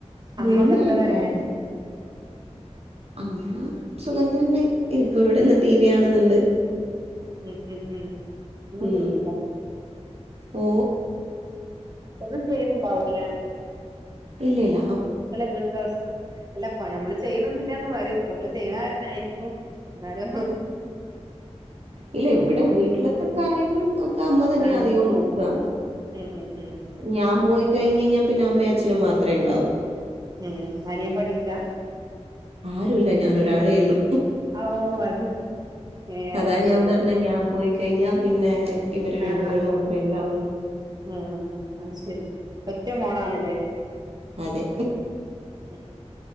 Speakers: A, on the right; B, on the right.
A: അമ്മക്കെ
B: മുന്നേ
A: എന്താ
B: ഉണ്ടായിരുന്നു
A: പറയണേ
B: അമ്മ സുഖം തന്നെ ഇപ്പൊ ഇവിടെന്ന് ടി വി കാണുന്നുണ്ട്
A: ഉം ഉം ഉം നന
B: ഉം
A: ഇല്ല
B: ഓ
A: ഒന്നും ചെയ്യുന്നുണ്ടാവില്ലേ
B: ഇല്ലല്ല
A: എല്ല ഗസ്ഥല്ല അ നമ്മള് ചെയ്യണെന്നില്ലാന്ന് പറയും കടുല് ചെയ്യുന്ന കാരനായിരിക്കും എാലും
B: ഇല്ല ഇവിടെ വീട്ടിലത്തെ കാര്യങ്ങളും ഒക്കെ അമ്മ തന്നെയ
A: ആഹ്
B: അധികം നോക്കുക
A: ഉം ഉം ഉം
B: ഞാൻ പോയി കഴിഞ്ഞ കഴിഞ്ഞാൽ പിന്നെ അമ്മയും അച്ഛനും മാത്രമേ ഉണ്ടാവൂ
A: ഉം ആന ഞാൻ പഠിച്ചാ
B: ആരുല്ല ഞാനൊരാളെ ഉുള്ളൂ
A: ഓ അത് ഏഹ്
B: അതാ
A: അത്
B: ഞാൻ
A: ശരി
B: പറഞ്ഞ ഞാൻ പോയി കഴിഞ്ഞ പിന്നെ ഇവര് രണ്ടുപേര്
A: ആഹ് ആഹ്
B: മാത്രമേ എന്താവൂ
A: ഉം അത് ശെരി പറ്റേ മോളാണല്ലേ
B: അതെ
A: ഉ